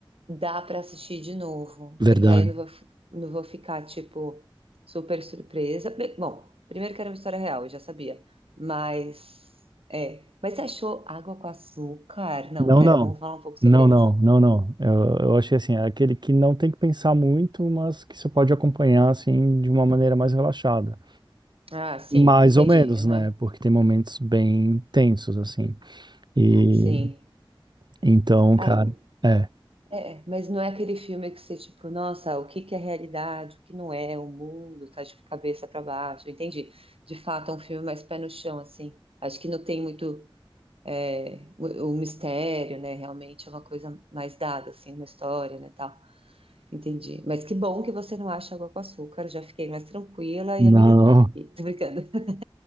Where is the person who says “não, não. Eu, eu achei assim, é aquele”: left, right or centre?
Right